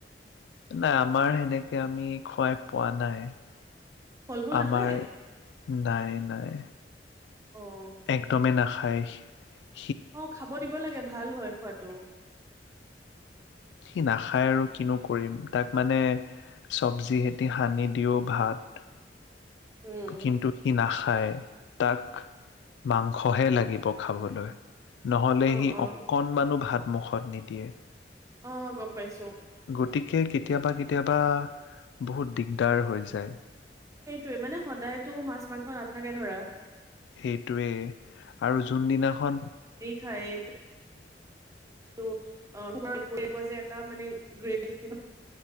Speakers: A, on the left; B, on the right.
A: নাই। আমাৰ সেনেক এতিয়া, আমি খোৱাই পোৱা নাই
B: ফল মূল
A: আমাৰ
B: নাখায়
A: নাইন নাই,
B: অ
A: একদমেই নাখায় সি।
B: অ', খাব দিব লাগে। ভাল হয়, খোৱাটো
A: সি নাখায়, আৰু কিনো কৰিম? তাক মানে, সব্জিহেতি সানি দিওঁ ভাত
B: উম
A: কিন্তু, সি নাখায় খায়, তাক মাংসহে লাগিব খাবলৈ। নহ'লে,
B: অ
A: সি
B: অ
A: অকণমানো ভাত মুখত নিদিয়ে।
B: অ', গম পাইছো।
A: গতিকে, কেতিয়াবা-কেতিয়াবা বহুত দিগদাৰ হৈ যায়।
B: সেইটোৱেই, মানে, সদায়তো মাছ-মাংস নাথাকে, ধৰা।
A: সেইটোৱেই, আৰু যোনদিনাখন
B: খাই, এইটো <unintelligible> কয় যে, এটা, মানে, গ্ৰেভি, <unintelligible>